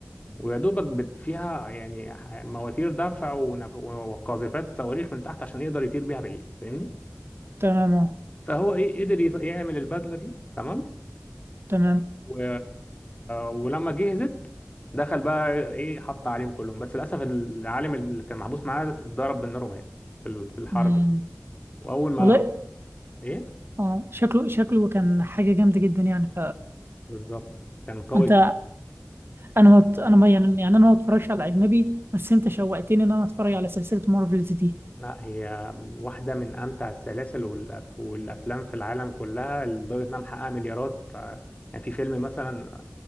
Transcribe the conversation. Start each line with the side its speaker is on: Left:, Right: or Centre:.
Left: ويا دوبك بت... فيها يعني ح- مواتير دفع ونف... وقاذفات صواريخ من تحت عشان يقدر يطير بيها بعيد فاهمني
Right: تمام اه
Left: فهو ايه قدر يص- يعمل البدله دي تمام
Right: تمام
Left: و... ولما جهزت دخل بقى ايه حط عليهم كلهم بس للاسف العالم اللي كان محبوس معاه ده اتضرب بالنار ومات في ال- في الحرب
Right: امم
Left: دي. واول ما
Right: والله
Left: ايه
Right: اه شكله شكله كان حاجه جامده جدا يعني
Left: بالظبط كان قوي
Right: فانت
Left: جدا
Right: انا ما انا ما يعني يعني انا ما اتفرجش على اجنبي بس انت شوقتني ان انا اتفرج على سلسله مارفلز دي
Left: لا هي واحدة من أمتع السلاسل والأف- والأفلام في العالم كلها لدرجة إنها محققة مليارات ف- يعني في فيلم مثلا